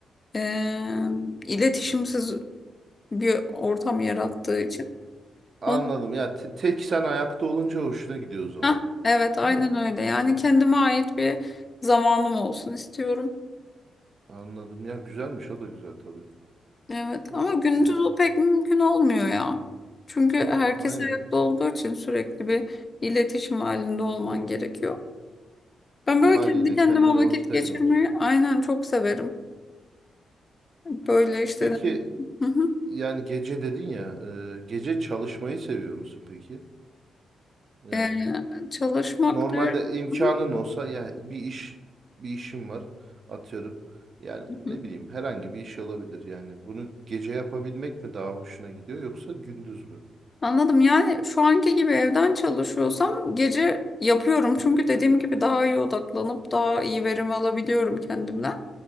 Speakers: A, on the left; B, on the right.
A: eee, iletişimsiz bir ortam yarattığı için.
B: Anladım.
A: Onu
B: Ya te- tek sen ayakta olunca hoşuna gidiyor o zaman.
A: Heh, evet aynen
B: Değil mi?
A: öyle. Yani kendime ait bir zamanım olsun istiyorum.
B: Anladım. Ya güzelmiş o da güzel tabii.
A: Evet
B: Bu-
A: ama gündüz
B: Ya,
A: o pek mümkün olmuyor ya. Çünkü herkes
B: aynen.
A: ayakta olduğu için sürekli bir iletişim halinde olman gerekiyor. Ben
B: Haliyle
A: böyle kendi kendime
B: kendine
A: vakit
B: vakit
A: geçirmeyi
B: ayıramıyorsun.
A: aynen çok severim. Böyle işte
B: Peki
A: ne bileyim, hı hı.
B: yani gece dedin ya, e, gece çalışmayı seviyor musun peki? Yani
A: Ee, çalışmak
B: Normalde
A: der.
B: imkanın
A: Hı
B: olsa ya bir iş bir işim var atıyorum. Yani ne
A: hı.
B: bileyim herhangi bir iş olabilir yani. Bunu gece yapabilmek mi daha hoşuna gidiyor yoksa gündüz mü?
A: Anladım. Yani şu anki gibi evden çalışıyorsam gece yapıyorum. Çünkü dediğim gibi daha iyi odaklanıp daha iyi verim alabiliyorum kendimden.